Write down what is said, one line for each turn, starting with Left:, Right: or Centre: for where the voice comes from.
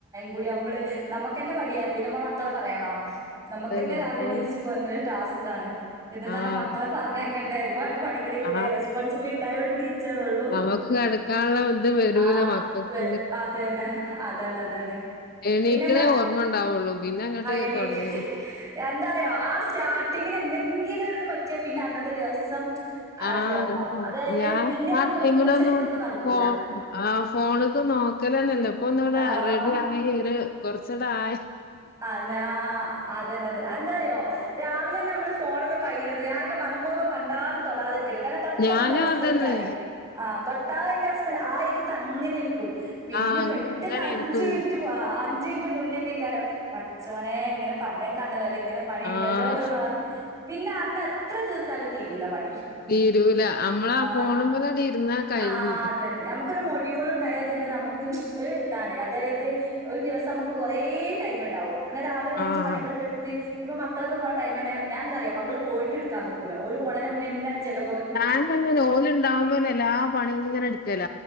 Right: കൂടിയമ്പള് നമ്മക്കന്നെ മടിയാ പിന്നെപ്പ മക്കളെ പറയണോ? നമക്കന്നെ
Left: അതന്നെ
Right: രാവിലെ
Left: അപ്പൊ
Right: എണീച്ചു പോരണ ടാസ്കാണ്. പിന്നെന്തറഞ്ഞാ
Left: ആഹ്
Right: മക്കളെ പറഞ്ഞക്കയണ്ടേ ഒരുപാട് പണികളില്ലേ
Left: ആഹ്
Right: റെസ്പോൺസിബിലി ഇണ്ടായോണ്ട് നീച്ചന്നൊള്ളു.
Left: നമുക്ക് കിടക്കാനുള്ള ഇത് വരൂല
Right: ആഹ്
Left: മക്കൾക്ക്
Right: വെ അതന്നെ അതാണ് അതാണ്.
Left: എനിക്ക്ണെ
Right: പിന്നെന്താ
Left: ഓർമ്മ ഇണ്ടാവൊള്ളു പിന്നെ അങ്ങ്ട്ട്
Right: എണീക്ക്
Left: തൊടങ്ങ്ണു.
Right: എന്തറിയോ ആഹ് സ്റ്റാർട്ടിങ്ങിന് എന്തെങ്കിലും ഒരിത് പറ്റിയാ പിന്നെ അന്നത്തെ ദിവസം.
Left: ആഹ്
Right: ഫ്ലോപ്പാ അതായത്
Left: ഞാൻ
Right: പിന്നെ
Left: ആഹ്
Right: നമ്മള്
Left: ടൈമിലൊന്നു
Right: വിചാരിച്ച മാതിരിക്കൊന്നും നടക്കൂല
Left: ഫോ ആഹ് ഫോണ്ക്ക് നോക്കലന്നെല്ല ഇപ്പൊ ഒന്ന ഇവ്ടെ
Right: ആഹ്
Left: റെഡിയായി ഒര് കൊറ്ച്ചണ്ടായി.
Right: അന്നാ അതന്നെ അതെ അയ് എന്തറിയോ? രാവിലന്നെ നമ്മള് ഫോണൊന്ന് കയ്യിലെട്ത്ത് ഞാനൊക്ക മനപൂർവം കണ്ടാലും തൊടാതിരിക്കല കാര്ണം. തൊട്ട
Left: ഞാനും
Right: ഇന്റ അവസ്ഥ
Left: അതന്നെ
Right: ഇൻകറിം. ആഹ് തൊട്ടാ ഇന്റെ അവസ്ഥ ആഹ് ഇര്ത്തം അങ്ങനെ ഇരിക്കും പിന്നെ
Left: ആഹ്
Right: പെട്ടെന്ന്
Left: അങ്ങനെ
Right: അഞ്ച്
Left: ഇരിക്കും
Right: മിനിറ്റ്. അഞ്ചുമിനിറ്റ് മുന്നേക്കെക്കാരം പഠച്ചോനെ ഇങ്ങനെ പറഞ്ഞയക്കാണ്ടലൊ ലെ ഇങ്ങനെ. പണി
Left: ആഹ്
Right: ഇണ്ടല്ലോന്നുള്ളവർ പിന്നെ അന്ന് എത്ര തീർത്താലും തീരൂല പണി.
Left: തീരൂല നമ്മളാ
Right: ആഹ്
Left: ഫോണുമ്മലട് ഇരുന്നാ കഴിഞ്ഞ്
Right: ആഹ് അതന്നെ നമുക്കൊരു മൊഡ്യൂൾ ഇണ്ടായ. തന്നെ നമക്ക് ഒരു ഇതാണ് അതായത് ഒരു ദിവസം നമക്ക് കൊറേ ടൈമ് ഇണ്ടാവും. അന്ന രാവിലെ നീച്
Left: ആഹ്
Right: പണികളൊക്ക ഇട്ത്ത്. ഇപ്പ മക്കളൊക്കെ പോണ ടൈമെന്നെ ഞാന്തറിയൊ മക്കള് പോയിട്ട് ഇടുക്കാൻ നിക്കൂല ഓല് പോണേനെ മുന്നെന്ന ജക
Left: ഞാനോ അങ്ങനെ ഓലുണ്ടാവോമ്പെന്നെ എല്ലാ പണിം ഇങ്ങന ഇട്ക്കല